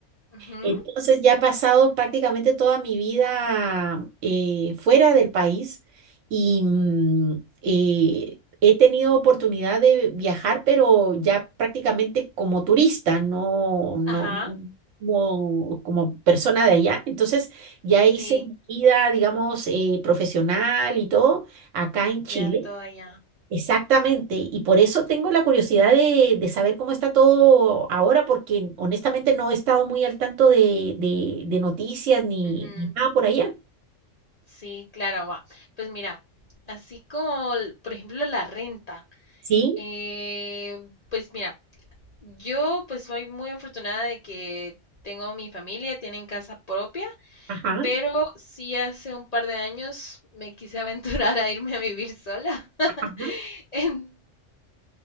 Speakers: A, on the left; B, on the right.
A: Ujú,
B: Entonces ya he pasado prácticamente toda mi vida eh, fuera del país y mm, eh, he tenido oportunidad de viajar, pero ya prácticamente como turista, no, no,
A: Ajá,
B: no como, como persona de allá. Entonces ya
A: sí,
B: hice mi vida, digamos, eh, profesional y todo acá en Chile.
A: ya todo allá.
B: Exactamente, y por eso tengo la curiosidad de, de saber cómo está todo ahora, porque honestamente no he estado muy al tanto de, de- de noticias ni,
A: Ujú,
B: ni nada por allá.
A: Sí, claro, va. Pues mira, así como, l- por ejemplo, la renta.
B: Sí,
A: eh, pues mira, yo pues soy muy afortunada de que tengo mi familia, tienen casa propia.
B: ajá,
A: pero sí hace un par de años me quise aventurar a irme a vivir sola. <laughs>
B: ajá,
A: Entonces,